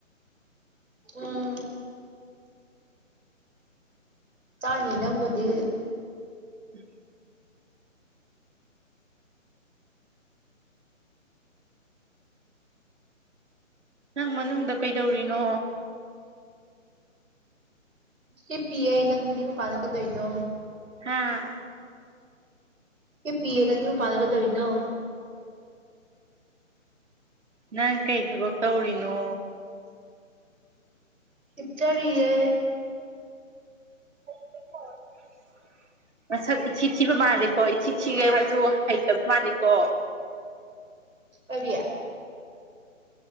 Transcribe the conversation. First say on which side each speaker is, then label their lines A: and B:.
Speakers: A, on the right; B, on the right.
A: ꯑꯝ ꯇꯥꯟ ꯏꯅꯕꯨꯗ
B: ꯎꯝ ꯅꯪ ꯃꯅꯨꯡꯗ ꯀꯩꯗꯧꯔꯤꯅꯣ
A: ꯀ ꯄꯤꯌꯦ ꯅꯪꯗꯤ ꯃꯄꯥꯅ ꯀꯩꯗꯣꯏꯅꯣ
B: ꯍꯥꯥ
A: ꯀ ꯄꯤꯌꯦ ꯅꯅꯤꯕꯨ ꯄꯅꯒꯗꯧꯅꯣ
B: ꯅꯪ ꯀꯩ ꯊꯕꯛ ꯇꯧꯔꯤꯅꯣ
A: ꯏꯆꯔꯤꯑ
B: <unintelligible> <inaudible> ꯃꯁꯛ ꯏꯊꯤ ꯊꯤꯕ ꯃꯥꯜꯂꯤꯀꯣ ꯏꯆꯤ ꯊꯤꯈꯩ ꯋꯥꯁꯨ ꯍꯩꯇꯕ ꯃꯥꯜꯂꯤꯀꯣ
A: ꯑꯣꯏꯔꯤꯌꯥ